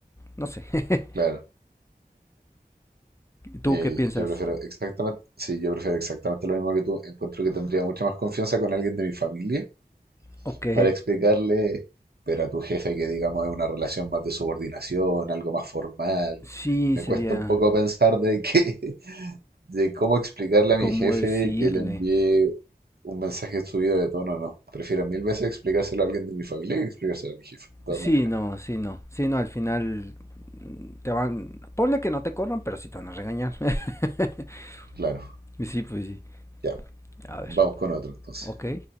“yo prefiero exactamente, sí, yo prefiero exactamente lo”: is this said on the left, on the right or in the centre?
Right